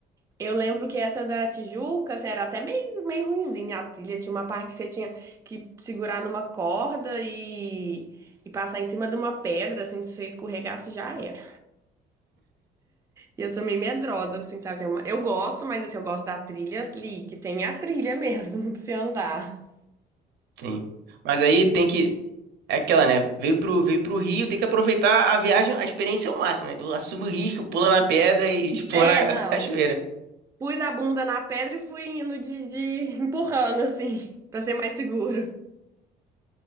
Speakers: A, on the right; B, on the right.
A: Eu lembro que essa da Tijuca, assim, era até meio, meio ruinzinha a trilha. Tinha uma parte que você tinha que segurar numa corda e, e passar em cima de uma pedra, assim, se você escorregasse, já era. E eu sou meio medrosa, assim, sabe? Tem uma- Eu gosto, mas assim, eu gosto da trilha ali, que tem a trilha mesmo <laughs> pra você andar.
B: Sim. Mas aí tem que É aquela, né? Veio pro, veio pro Rio, tem que aproveitar a viagem, a experiência ao máximo, né? Então assume o risco, pula na pedra e <laughs> explora
A: É, não.
B: a cachoeira.
A: Pus a bunda na pedra e fui indo de, de- <laughs> empurrando, assim, <laughs> pra ser mais seguro.